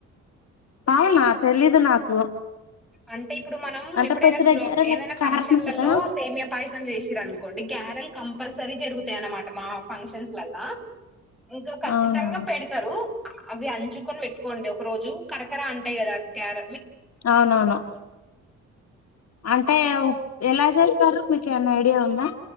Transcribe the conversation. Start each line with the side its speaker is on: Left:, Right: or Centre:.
Left: అవునా తెలిదు నాకు
Centre: అంటే ఇప్పుడు మనం
Left: అంటే
Centre: ఎప్పుడైనా
Left: పెసర
Centre: గ్రోప్
Left: గారెలు
Centre: ఏదైనా
Left: కారమే
Centre: ఫంక్షన్లలో
Left: కదా
Centre: సేమ్యా పాయసం జేసిరు అనుకోండి గారెలు క పల్సరీ జరుగుతాయ అన్నమాట మా ఫంక్షన్స్ లల్లా ఇంకా ఖచ్చితంగా
Left: అవునా
Centre: పెడతరు అవి అంచుకొని పెట్టుకోండి ఒక రోజు కరకర అంటాయి కదా గ్యార
Left: అవునవును అంటే ఎలా చేస్తారు మీకు ఏవన్న ఐడియా ఉందా